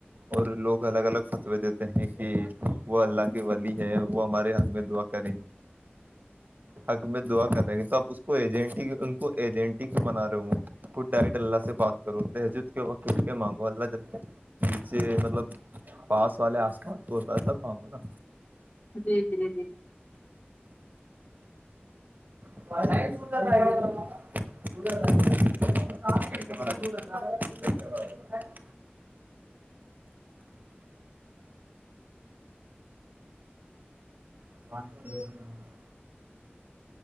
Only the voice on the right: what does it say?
اور لوگ الگ الگ فتوے دیتے ہیں کہ وہ اللہ کی ولی ہے وہ اری ہم میں دا کری حق میں دعا کر رہیں گے تو آپ اس کو ایجنٹی ان کو ایجنٹی کیوں بنا رہے ہو خڈ ڈائٹ اللہ سے بات کرو ت جود کے وود کے مانگو اللہ جلتے پیچے مطلب پاس والے آسمان تو ہوتا ہے تب مانگوں نا
<unintelligible> <unintelligible> <unintelligible>